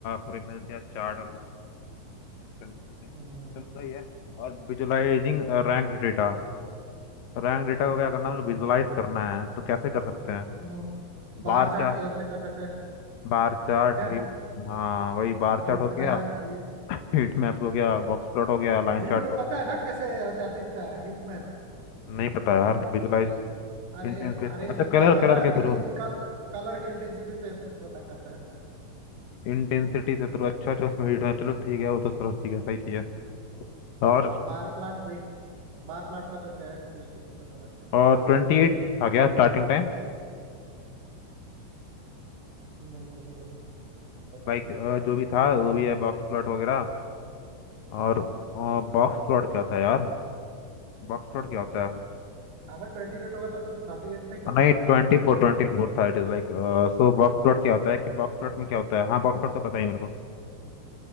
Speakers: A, on the left; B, on the right.
A: फॉर इंफॉर्मेशन या चार्ट और चलो
B: हम्म
A: सही है और visualising rank data rank data को क्या करना है मतलब विजुअलाइज करना है तो कैसे कर सकते हैं
B: हम्म। बार
A: Bar
B: चार्ट
A: chart
B: की हेल्प से कर सकते हैं
A: bar chart
B: ठीक है
A: heat हाँ वही बार
B: Heat
A: चार्ट हो गया
B: map heat
A: <clears throat> हीट मैप्स हो गया बॉक्स प्लॉट हो गया लाइन
B: heat
A: चार्ट
B: map
A: तो
B: पता है ना कैसे होता है दिखता है हीट मैप
A: नहीं पता यार विजुअलाइज
B: अरे
A: इंटेंस
B: अरे
A: बेस अच्छा
B: उसमें क्या
A: कलर
B: होता है ना
A: कलर के
B: कि
A: थ्रू
B: इन कलर के इंटेंसिटी से पता करते हैं
A: इंटेंसिटी से थ्रू अच्छा अच्छा उसमें हीट है, चलो ठीक है वो तो चलो ठीक है सही चीज़ है और
B: बार प्लाट भी बार प्लाट कर सकते हैं डिस्ट्रीब्यूशन बना के
A: और ट्वेंटी एट आ गया स्टार्टिंग टाइम
B: नहीं मुझे नहीं पता
A: बाइक
B: भूल
A: अ,
B: गया मैं
A: जो भी था वो भी है बॉक्स प्लॉट वगैरह और बॉक्स प्लॉट
B: हम्म।
A: क्या था यार बॉक्स प्लॉट क्या होता है
B: अगर ट्वेंटी एट होगा तो थर्टी एट पे ही खत्म
A: अ, नहीं
B: हो गया होगा
A: ट्वेंटी फोर ट्वेंटी फोर था It is like so box plot क्या होता है कि बॉक्स प्लॉट में क्या होता है हाँ बॉक्स प्लॉट तो पता ही मेरे को